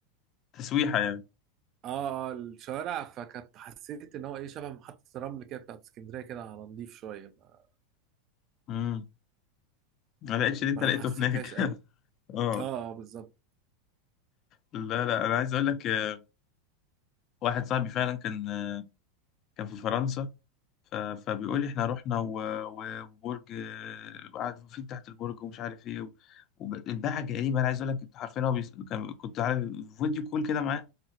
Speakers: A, on the left; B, on the right.
A: تسويحة يعني
B: اه الشوارع فكنت حسيت إن هو إيه شبه محطة الرمل كده بتاعت اسكندرية كده على نضيف شوية ما
A: امم ما لقيتش اللي انت
B: ما
A: لقيته
B: حسيتهاش
A: هناك
B: قوي
A: <laughs> اه
B: اه آه، بالظبط
A: لا لا انا عايز اقول لك آه، واحد صاحبي فعلا كان آه، كان في فرنسا ف- فبيقول لي احنا رحنا و- و- وبرج آه، وقعد فيه تحت البرج ومش عارف ايه والباعة جايبه انا عايز اقول لك انت عارفين هو بيس- كان كنت عارف فيديو كول كده معاه